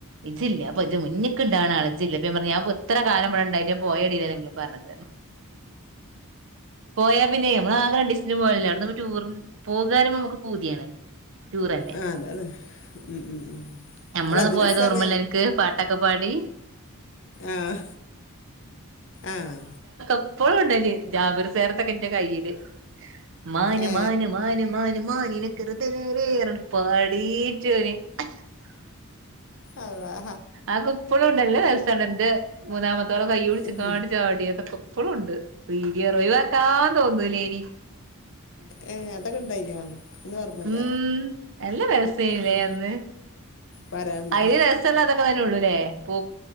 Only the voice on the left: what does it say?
അ അതെ അതെ ഉം ഉം
അല്ല അത്
രസാണ്
ആഹ് ആഹ്
ഏ
അള്ളാ
ഉം
ഏ അതൊക്കെ ഇണ്ടായിനോ ഒന്നും ഓർമ്മല്ല
ഉം
പറയാനുണ്ടോ